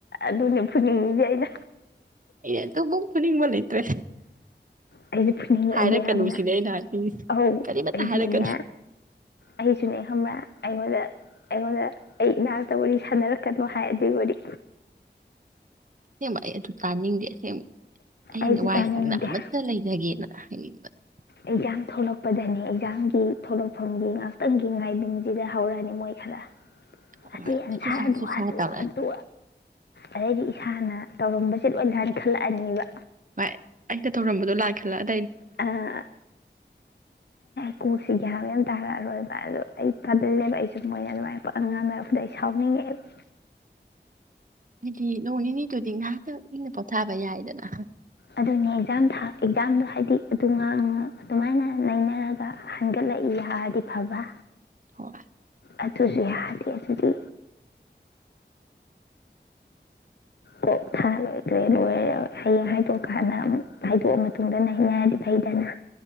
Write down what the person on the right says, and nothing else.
ꯑꯩꯅ ꯑꯗꯨꯃꯨꯛ ꯐꯨꯅꯤꯡꯕ ꯂꯩꯇ꯭ꯔꯦ
ꯍꯥꯏꯔꯛꯀꯅꯨꯁꯤꯅꯦ
ꯑꯩꯅ ꯍꯥꯏꯅꯤꯡꯉꯤꯁꯦ
ꯀꯔꯤꯃꯠꯇ
ꯍꯥꯏꯔꯛꯀꯅꯨ
ꯑꯁꯦꯡꯕ ꯑꯩ ꯑꯗꯨ ꯇꯥꯅꯤꯡꯗꯦ ꯑꯁꯦꯡꯕ ꯑꯩꯅ
ꯋꯥꯏꯁꯪꯅ
ꯑꯃꯠꯇ ꯂꯩꯖꯒꯦꯅ <unintelligible>
ꯍꯣꯏ
ꯁꯨꯁꯥ ꯁꯨꯁꯥ
ꯇꯧꯔꯛꯑꯦ
ꯚꯥꯏ ꯑꯩꯅ ꯊꯧꯔꯝꯕꯗꯣ ꯂꯥꯟꯈꯠꯂꯛ
ꯑꯗꯨꯗꯤ ꯅꯣꯡ ꯅꯤꯅꯤꯗꯨꯗꯤ ꯉꯥꯏꯍꯥꯛꯇꯪ ꯏꯪꯅ ꯄꯣꯊꯥꯕ ꯌꯥꯏꯗꯅ
ꯍꯣꯏ